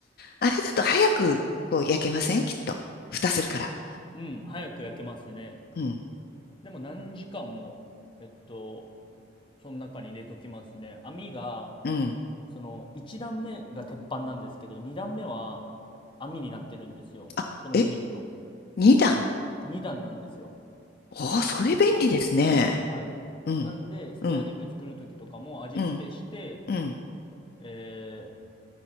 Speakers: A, on the left; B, on the left.
A: あれだと早く、こう、焼けませんきっと。蓋するから。
B: うん、早く焼けますね。
A: うん、
B: でも何時間も、えっと、その中に入れときますね。網が、
A: うん。
B: その、1段目が鉄板なんですけど、2段目は網になってるんですよ。
A: あ、
B: そのグリルの。
A: え、二段。
B: 2段なんですよ。
A: おー、それ便利ですね。
B: はい。
A: うん、
B: なんで、スペアリブ作る時とかも味付けして、
A: うん、うん、うん、
B: え